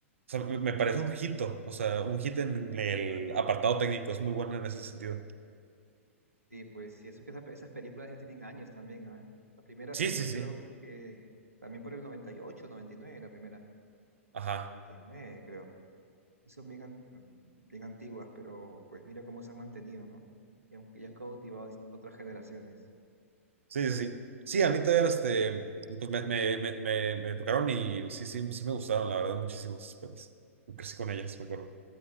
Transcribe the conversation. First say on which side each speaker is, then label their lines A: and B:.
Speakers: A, on the right; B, on the right.
A: sea, me, me parece un hito, o sea, un hit en el apartado técnico. Es muy bueno en ese sentido.
B: Sí, pues, sí eso que esa- esas películas ya tienen años también, ¿ah? La primera
A: Sí,
B: salió
A: sí, sí.
B: creo que también por el noventa noventa y ocho noventa y nueve la primera.
A: Ajá.
B: noventa y nueve creo. y son bien, an- bien antiguas, pero pues mira cómo se han mantenido, ¿no? Y han, y han cautivado a otras generaciones.
A: Sí, sí, sí. Sí, a mí todavía este, pues me, me, me, me, me tocaron y sí, sí, sí me gustaron, la verdad, muchísimos. Pues, crecí con ellas, me acuerdo.